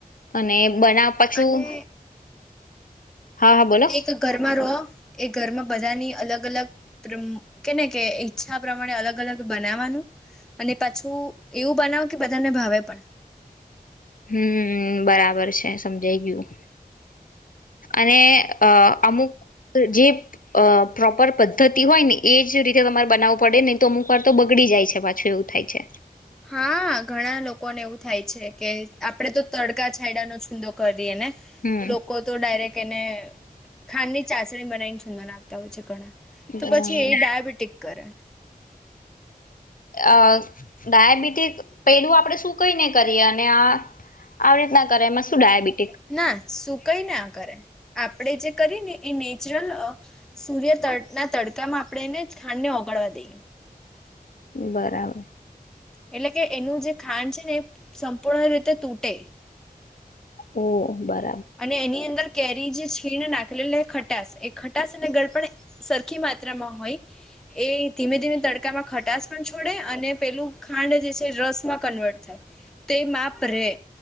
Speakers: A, on the left (about 60°); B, in the centre.
A: અને. બના પછું.
B: અને
A: હા હા બોલો
B: એક ઘરમાં રહો. એ ઘરમાં બધાની અલગ અલગ કેને કે ત્રમ ઈચ્છા પ્રમાણે અલગ અલગ બનાવાનું અને પાછું એવું બનાવ કે બધાને ભાવે પણ.
A: હમ બરાબર છે સમજાઈ ગયું, અને અ અમુક જે પ્રોપર પદ્ધતિ હોય ને એજ રીતે તમારે બનાવવું પડે નહી તો અમુક વાર તો બગડી જાય છે પાછું એવું થાય છે.
B: હા ઘણા લોકોને એવું થાય છે કે આપડે તો તડકા છાયડા નો છૂંદો કર ને,
A: હમ
B: લોકો તો ડાયરેક્ટ એને ખાંડની ચાસણી બનાવીને સુંન આપતા હોય છે ઘણા. તો
A: બરાબર
B: પછી એ ડાયાબિટીક કરે.
A: અ ડાયાબિટીસ પેલું આપડે શું કઈ નઈ કરીએ અને આવી રીતના કરે એમાં શું ડાયાબિટી.
B: ના શું કઈ ના આ કરે આપણેે જે કરી ને એ નેચરલ, સૂર્ય ત ના તડકામાં આપણે એને જ ખાંડને ઓગળવા દઈએ.
A: બરાબર.
B: એટલે કે એનું જે ખાંડ છે ને એ સંપૂર્ણ રીતે તૂટે.
A: ઓહ બરા
B: અને એની અંદર કેરી જે છીણ નાખેલી ખટાસ એ ખટાસ અને ગળ પણ સરખી માત્રામાં હોય, એ ધીમે ધીમે તડકામાં ખટાસ પણ છોડે અને પેલું ખાંડ જે છે રસ માં કન્વર્ટ થાય, તે માપ રે.